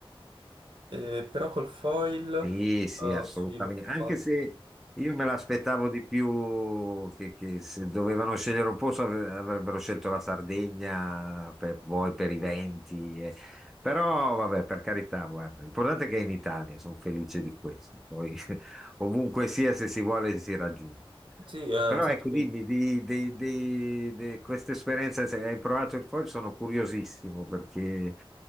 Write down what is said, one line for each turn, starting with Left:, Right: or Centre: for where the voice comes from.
Right: Eh, però col foil,
Centre: Sì, sì,
Right: eh,
Centre: assolutamente.
Right: sì, l'ho
Centre: Anche
Right: fatto.
Centre: se io me l'aspettavo di più che, che se dovevano scegliere un posto ave- avrebbero scelto la Sardegna per, poi per i venti. e- Però vabbè, per carità, guarda, l'importante è che è in Italia, sono felice di questo. Poi <laughs> ovunque sia, se si vuole, si raggiunge.
Right: Sì, eh,
Centre: Però
Right: sai
Centre: ecco,
Right: che
Centre: dimmi, di, di- di- di questa esperienza, se hai provato il foil, sono curiosissimo perché